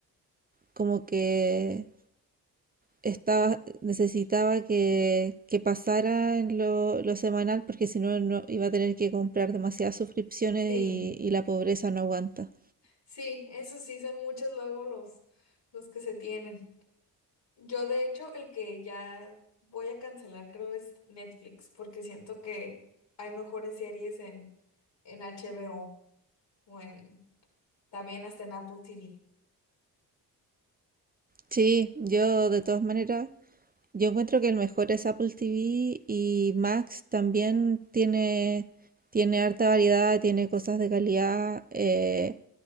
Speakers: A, on the right; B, on the left.
A: como que estaba, necesitaba que, que pasara lo, lo semanal porque si no, no iba a tener que comprar demasiadas suscripciones
B: Sí,
A: y, y la pobreza no aguanta.
B: sí, eso sí, son muchos luego los, los que se tienen. Yo, de hecho, el que ya voy a cancelar creo es Netflix, porque siento que hay mejores series en, en HBO o o en, también hasta en Apple TV.
A: Sí, yo de todas maneras Yo encuentro que el mejor es Apple TV y Max también tiene, tiene harta variedad, tiene cosas de calidad. eh,